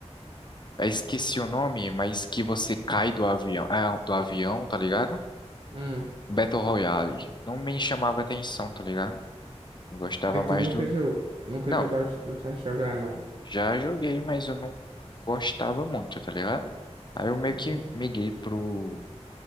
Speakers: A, on the left (about 40°); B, on the right (about 45°).
A: Eu esqueci o nome, mas que você cai do avião, é, do avião, tá ligado?
B: Hum.
A: Battle Royale. Não me chamava atenção, tá ligado? Eu gostava
B: Aí tu
A: mais
B: nunca
A: do.
B: jogou, nunca
A: Não,
B: jogou, gostava de jogar, não.
A: já joguei, mas eu não gostava muito, tá ligado? Aí eu meio
B: Uhum.
A: que miguei pro,